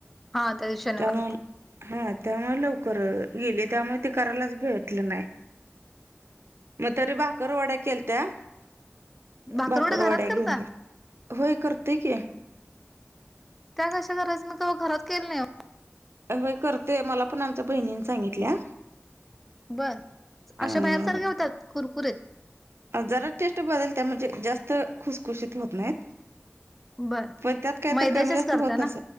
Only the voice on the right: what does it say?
त्यामुळे
हा त्यामुळे लवकर गेले त्यामुळे ते करायलाच भेटलं नाही मग तरी बाकरर वड्या केलत्या
भाकरवाड्या
घेऊन
गे होय करतेय की
य करतेय मला पण आमच्या बहिणीने सांगितल्या
अ
जरा टेस्ट बदल त्या म्हणजे जास्त खुसखुशीत होत नाहीत
पण त्यात काहीत
कमी जास्त
होत
अस